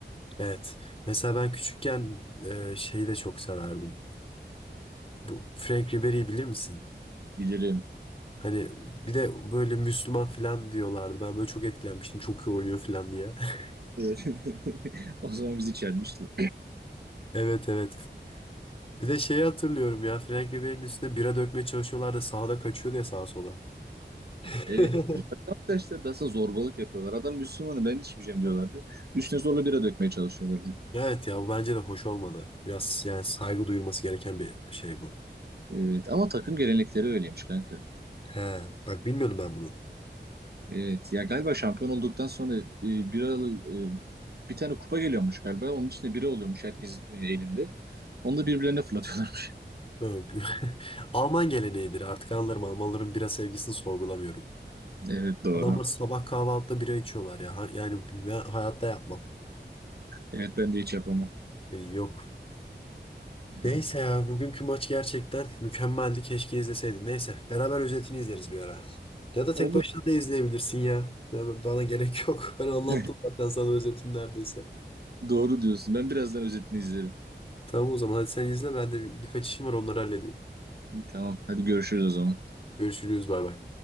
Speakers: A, on the left (about 30°); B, on the right (about 60°).
A: Evet. Mesela ben küçükken e, şeyi de çok severdim. Bu Frank Ribery'i bilir misin?
B: Bilirim. Evet.
A: Hani bir de böyle Müslüman falan diyorlardı. Ben böyle çok etkilenmiştim. Çok iyi oynuyor falan diye. <laughs>
B: <laughs> O zaman bizi çelmişti.
A: Evet evet Bir de şeyi hatırlıyorum ya Frank Ribery'nin üstüne bira dökmeye çalışıyorlardı sağda kaçıyordu ya sağa sola. <laughs>
B: Evet. Yani bak arkadaşlar da aslında zorbalık yapıyorlar. Adam Müslümanı ben içmeyeceğim diyorlardı. Üstüne zorla bira dökmeye çalışıyorlardı.
A: Evet ya bu bence de hoş olmadı. Biraz yani saygı duyulması gereken bir şey bu.
B: Evet ama takım gelenekleri öyleymiş kanka.
A: He, bak bilmiyordum ben bunu.
B: Evet ya galiba şampiyon olduktan sonra e, biralı e, bir tane kupa geliyormuş galiba. Onun içinde bira oluyormuş herkesin e, elinde. Onu da birbirlerine fırlatıyorlarmış. <laughs>
A: <laughs> Alman geleneğidir artık anlarım Almanların bira sevgisini sorgulamıyorum.
B: Evet doğru.
A: Adamlar sabah kahvaltıda bira içiyorlar ya. Ha- Yani ben hayatta yapmam.
B: Evet ben de hiç yapamam.
A: Yok
B: Hı hı.
A: Neyse ya bugünkü maç gerçekten mükemmeldi. Keşke izleseydin. Neyse beraber özetini izleriz bir ara. Ya da tek
B: Olur.
A: başına da izleyebilirsin ya. Ben- Bana gerek yok. <laughs> Ben anlattım
B: <laughs>
A: zaten sana özetin neredeyse.
B: Doğru diyorsun. Ben birazdan özetini izlerim.
A: Tamam o zaman hadi sen izle ben de bir- birkaç işim var onları halledeyim.
B: İyi tamam. Hadi görüşürüz o zaman.
A: Görüşürüz bay bay.